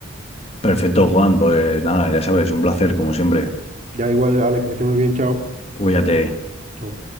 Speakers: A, on the left; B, on the right.
A: Perfecto, Juan, pues nada, ya sabes, un placer como siempre.
B: Ya igual, Alex, que esté muy bien, chao.
A: Cuídate.
B: Chao.